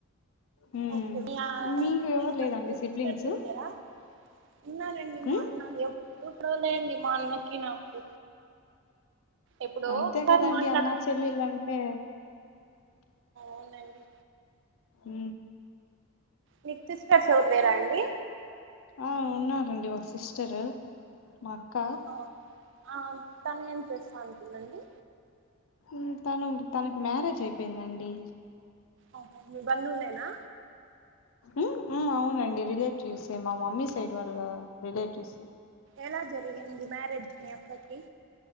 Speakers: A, on the left (about 65°); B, on the right (about 55°).
A: హ్మ్.
B: ఓకే ఇలా
A: మీకు ఎవరు
B: ఏం <unintelligible>
A: లేదండి సిబ్లింగ్స్?
B: ఉన్ననండి
A: హ్మ్.
B: మా అన్న ఎప్పుడు ట్రోలే అండీ మా అన్నకి నాకు ఎప్పుడో
A: అంతే
B: ఒకసారి
A: కదండి
B: మాట్లాడుకుంటాం
A: అన్నా చెల్లలంటే
B: అవునండి ఓ
A: ఊ
B: మీకు సిస్టర్స్ ఎవరు లేరా అండి
A: ఆ ఉన్నారండి ఒక సిస్టరు మా అక్క
B: ఓ, ఆ తను ఏం చేస్తా ఉంటుందండి
A: ఊ తను తనకు మ్యారేజ్ అయిపోయిందండి
B: అహ మీ బంధువులేనా
A: ఉ ఆ అవునండి రిలేటివ్స్ ఏ మా మమ్మీ సైడ్ వాళ్ళ రిలేటివ్స్
B: ఎలా జరిగింది మ్యారేజ్ మీ అక్కకి